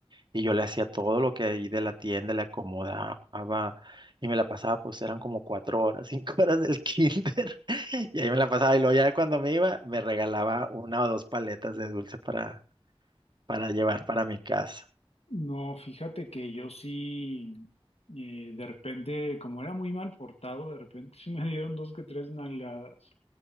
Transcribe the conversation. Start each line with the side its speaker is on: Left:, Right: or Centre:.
Right: Y yo le hacía todo lo que ahí de la tienda le acomodaba. Y me la pasaba, pues eran como cuatro horas, cinco <laughs> horas del kinder. <laughs> Y ahí me la pasaba. Y luego ya cuando me iba, me regalaba una o dos paletas de dulce para, para llevar para mi casa.
Left: no, fíjate que yo sí, eh, de repente, como era muy mal portado, de repente sí me dieron dos que tres nalgadas.